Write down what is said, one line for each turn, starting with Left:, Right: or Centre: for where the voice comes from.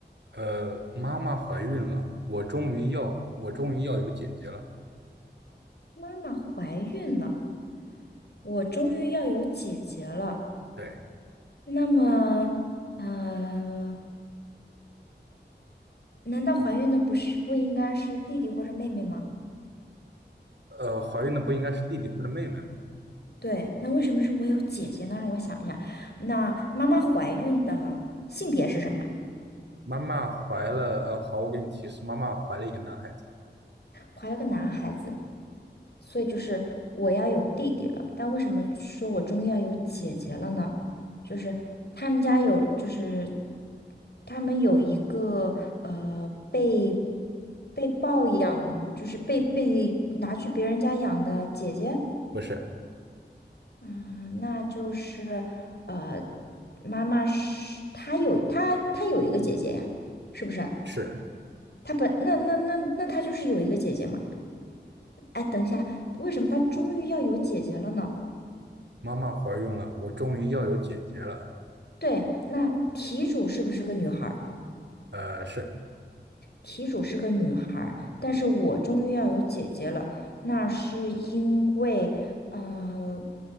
Right: 呃，妈妈怀孕了，我终于要我终于要有姐姐了。
Left: 妈妈怀孕了，我终于要有姐姐了。
Right: 对，
Left: 那么呃，难道怀孕的不是不应该是弟弟或者妹妹吗？
Right: 呃，怀孕的不应该是弟弟或者妹妹吗？
Left: 对，那为什么是我有姐姐呢？让我想一下，那妈妈怀孕的性别是什么？
Right: 妈妈怀了，呃，好，我给你提示，妈妈怀了一个男孩子，
Left: 怀了个男孩子，所以就是我要有弟弟了。但为什么说我终于要有姐姐了呢？就是他们家有，就是他们有一个呃被被抱养，就是被被拿去别人家养的姐姐，
Right: 不是，
Left: 嗯，那就是，呃，妈妈是她有她她有一个姐姐呀，是不是？
Right: 是。
Left: 她本那那那那她就是有一个姐姐嘛。哎，等一下，为什么她终于要有姐姐了呢？
Right: 妈妈怀孕了，我终于要有姐姐了。
Left: 对，那题主是不是个女孩儿？
Right: 呃，是
Left: 题主是个女孩儿，但是我终于要有姐姐了，那是因为，呃，